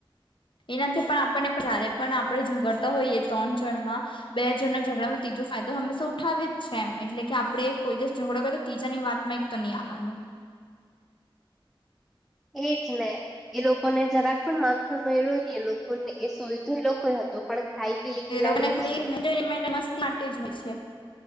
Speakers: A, on the left; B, in the centre.
A: એનાથી પણ આપણને પધારે પણ આપણે ઝગડતા હોઈએ ત્રણ જણમાં બે જણ ના ઝઘડામાં ત્રીજો ફાયદો હંમેશા ઉઠાવે જ છે એમ એટલે કે આપડે કોઈ દિવસ ઝઘડો કરે ત્રીજાની વાતમાં એક તો નહી આવવાનું.
B: એજ ને, એ લોકોને જરાક પણ માખણ મળ્યું ને એ લોકોને એ સોઈધો એ લોકો હતો પણ ખાઈ પેલી બિલાડી
A: એ લોકો ને ખાલી
B: ગઈ
A: અક મે કે મહિને મસ્તી માટે જ હોય છે